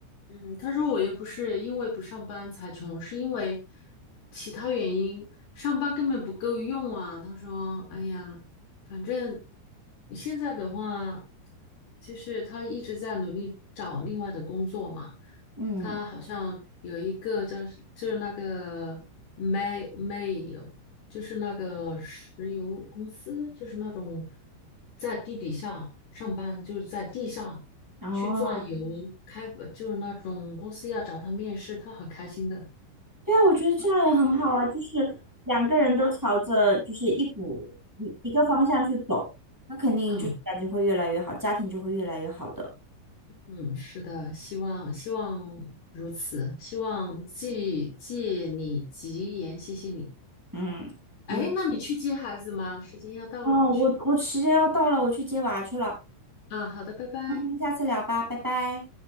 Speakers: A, on the left (about 55°); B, in the centre.
A: 嗯，他说我又不是因为不上班才穷，是因为其他原因，上班根本不够用啊。他说，哎呀，反正你现在的话，就是他一直在努力找另外的工作嘛。
B: 嗯，
A: 他好像有一个叫是就是那个 m a 煤煤油，就是那个石油公司，就是那种在地底下上班，就是在地下。
B: 哦。
A: 去转游，开呃就是那种公司要找他面试，他很开心的。
B: 对啊，我觉得这样也很好啊，就是两个人都朝着就是一股一一个方向去走，那肯定就是感情会越来越好，
A: 嗯
B: 家庭就会越来越好的。
A: 嗯，是的，希望希望如此，希望借借你吉言，谢谢你。
B: 嗯嗯，
A: 哎，那你去接孩子吗？时间要到了，
B: 哦，我我时间要到了，
A: 去吧
B: 我去接娃去了，
A: 啊，好的，拜拜。
B: 嗯，下次聊吧，拜拜。